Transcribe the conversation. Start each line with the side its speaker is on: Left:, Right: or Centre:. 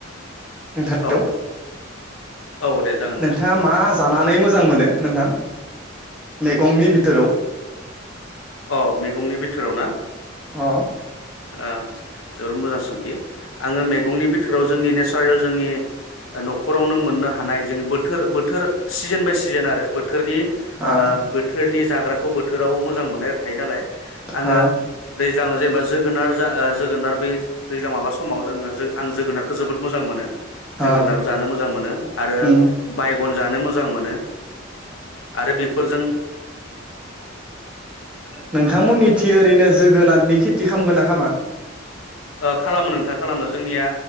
Centre: नोंथां
Left: औ। औ दे जागोन
Centre: नोंथाङा
Left: नोंथां।
Centre: मा जानानै मोजां मोनो नोंथां मैगंनि भिटोराव।
Left: अ मैगंनि भिथोराव ना?
Centre: अ
Left: ओ जोबोर मोजां सोंथि। आङो मेगंनि बिथोराव जोंनि ने <unintelligible> न'खरावनो मोननो हानाय जोंङो बो थोर बोथोर सिजेन बाय सिजेन आरो बोथोरनि ओ
Centre: हा
Left: बोथोरनि जाग्राखौ बोथोराव मोजां मोननाय आरो थायो नालाय आङो
Centre: हा
Left: दैज्लाङाव जेनेबा जोग जोगोनार जोगोनार बे दैज्लां माबा समाव जोङो जो आं जोगोनारखौ जोबोद मोजां मोनो।
Centre: हा
Left: जोगोनार जानो मोजां मोनो आरो
Centre: उम
Left: बायगन जानो मोजां मोनो आरो फोरजों
Centre: नोंथांमोननि थि ओरैनो जोगोनादनि खि थि खालामगोना खालामा
Left: खालामो नोंथां खालामो जोंनिया